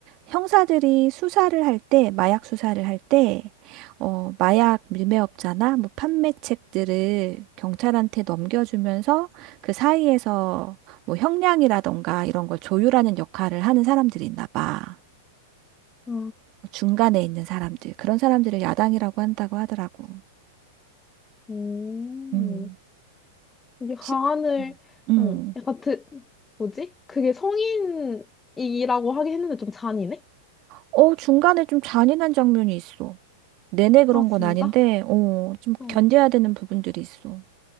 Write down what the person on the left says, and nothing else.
아,
오.
이게 가안을
응, 약간 드, 뭐지? 그게 성인이라고 하긴 했는데 좀 잔인해?
아
진짜?
응.